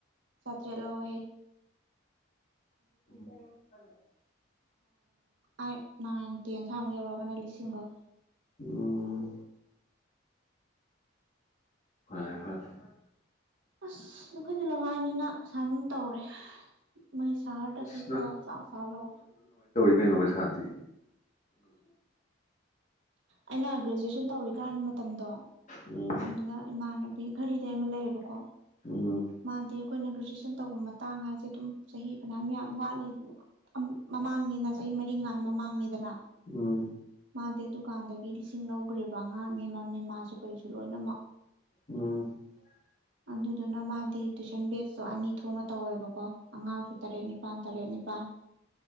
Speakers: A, on the right; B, on the left.
A: ꯆꯥꯇ꯭ꯔꯦꯠ ꯂꯧꯋꯦ
B: ꯏ
A: ꯑꯩꯠ ꯅꯥꯏꯟ ꯇꯦꯟ ꯁ꯭ꯋꯥꯏꯃꯨꯛ ꯌꯧꯔꯒꯅ ꯂꯤꯁꯤꯡ ꯂꯧꯣ
B: ꯎꯝ ꯐꯔꯦ ꯐꯔꯦ
A: ꯑꯁ ꯑꯩꯈꯣꯏꯁꯨ ꯂꯋꯥꯅꯤꯅ ꯁꯨꯃꯥꯏꯅ ꯑꯗꯨꯝ ꯇꯧꯔꯦ ꯃꯣꯏ ꯁꯔꯗꯗꯤꯀꯣ
B: ꯑꯁ
A: ꯆ ꯆꯂ
B: ꯀꯩꯅꯩꯅꯧꯕꯩ ꯁꯥꯟꯇꯤ
A: ꯑꯩꯅ ꯒ꯭ꯔꯦꯖꯨꯋꯦꯁꯟ ꯇꯧꯔꯤꯀꯥꯟ ꯃꯇꯝꯗꯣ
B: ꯎꯝ
A: ꯑꯗꯨꯗ ꯏꯃꯥꯟꯅꯕꯤ ꯘꯔꯤꯗꯩ ꯑꯃ ꯂꯩꯌꯦꯕꯀꯣ
B: ꯎꯝ
A: ꯃꯥꯗꯤ ꯑꯩꯈꯣꯏꯅ ꯒ꯭ꯔꯦꯖꯨꯋꯦꯁꯟ ꯇꯧꯕ ꯃꯇꯥꯡ ꯍꯥꯏꯁꯦ ꯑꯗꯨꯝ ꯆꯍꯤ ꯐꯅꯌꯥꯝ ꯌꯥꯝ ꯋꯥꯠꯂꯤ ꯑꯝ ꯃꯃꯥꯡꯅꯤꯅ ꯆꯍꯤ ꯃꯔꯤꯉꯥꯏ ꯃꯃꯥꯡꯅꯤꯗꯅ
B: ꯎꯝ
A: ꯃꯥꯗꯤ ꯗꯨꯀꯥꯟꯗꯒꯤ ꯂꯤꯁꯤꯡ ꯂꯧꯒꯔꯤꯕ ꯑꯉꯥꯡꯅꯦ ꯃꯝꯅꯦ ꯃꯥꯁꯨ ꯀꯩꯁꯨ ꯂꯣꯏꯅꯃꯛ
B: ꯑ
A: ꯑꯗꯨ ꯑꯗꯨꯗꯨꯅ ꯃꯥ ꯇꯨꯏꯁꯟ ꯕꯦꯁꯁꯨ ꯑꯅꯤ ꯊꯣꯛꯅ ꯇꯧꯋꯦꯕꯀꯣ ꯑꯉꯥꯡꯁꯨ ꯇꯔꯦꯠ ꯅꯤꯄꯥꯜ ꯇꯔꯦꯠ ꯅꯤꯄꯥꯜ